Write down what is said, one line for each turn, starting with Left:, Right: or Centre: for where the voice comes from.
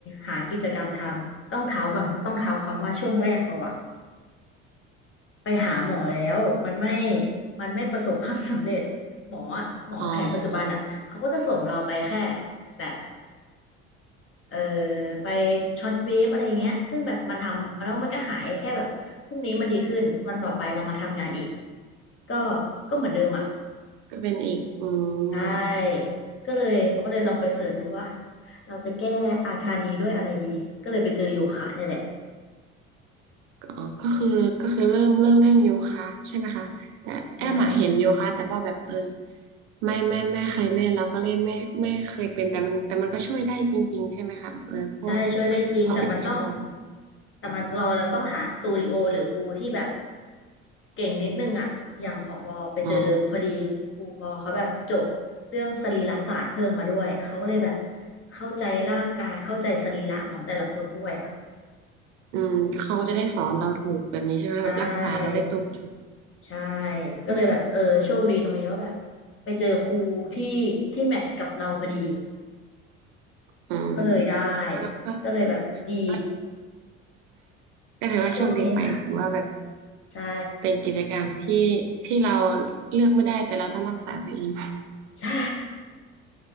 Left: หากิจกรรมทำต้องเท้าก่อนต้องเท้าความว่าช่วงแรกปออะไปหาหมอแล้วมันไม่มันไม่ประสบความสำเร็จหมออะหมอแผนปัจจุบันอ่ะเขาก็จะส่งเราไปแค่
Right: อ๋อ
Left: แบบเออไปช็อตเวฟอะไรเงี้ยซึ่งแบบมันทำมาแล้วมันก็หายแค่แบบพรุ่งนี้มันดีขึ้นวันต่อไปเรามาทำงานอีกก็ก็เหมือนเดิมอ่ะ
Right: ก็เป็นอีกอื
Left: ใช่ก็เลยปอก็เลยลองไปเสิร์ชดูว่า
Right: ม
Left: เราจะแก้อาการนี้ด้วยอะไรดีก็เลยไปเจอโยคะเนี่ยแหละ
Right: ก็ก็คือก็คือเริ่มเริ่มเล่นโยคะใช่ไหมคะแต่แอมอะเห็นโยคะแต่ว่าแบบเออ
Left: ใช่
Right: ไม่ไม่ไม่เคยเล่นแล้วก็เล่นไม่ไม่เคยเป็นแต่มันแต่มันก็ช่วยได้จริงๆใช่ไหมคะเออพวก
Left: ใช่ช่วยได้จริงแต่มันต้อง
Right: ออฟฟิศซินโดรม
Left: แต่มันเราต้องหาสตูดิโอหรือครูที่แบบเก่งนิดนึงอ่ะอย่างของบอไปเจอพอดีครูบอเขาแบบจบเรื่องสรีรศาสตร์เพิ่มมาด้วยเขาก็เลยแบบ
Right: อ๋อ
Left: เข้าใจร่างกายเข้าใจสรีระของแต่ละคนด้วยอ่ะ
Right: อืมก็เขาก็จะได้สอนเราถูกแบบนี้ใช่ไหมแบบรักษาเราได้ตรงจุด
Left: ใช่ใช่ก็เลยแบบเออโชคดีตรงนี้ว่าแบบ
Right: อ๋อ
Left: ไปเจอครูที่ที่แมทช์กับเราพอดี
Right: อืม
Left: ก็เลยได้
Right: ก็
Left: ก็เลยแบบดี
Right: ก็ ก็ถือว่าโชคดีไปถือว่าแบบ
Left: ช่วงนี้ <laughs> ใช่
Right: เป็นกิจกรรมที่ที่เราเลือกไม่ได้แต่เราต้องรักษาตัวเอง
Left: ใช่